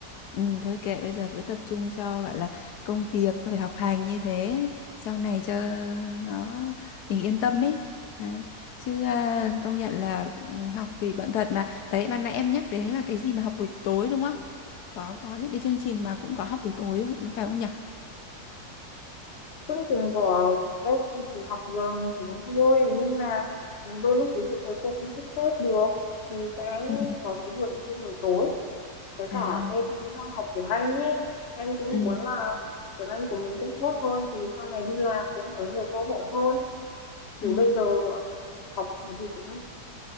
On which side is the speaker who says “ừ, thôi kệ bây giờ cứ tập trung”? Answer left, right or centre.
Left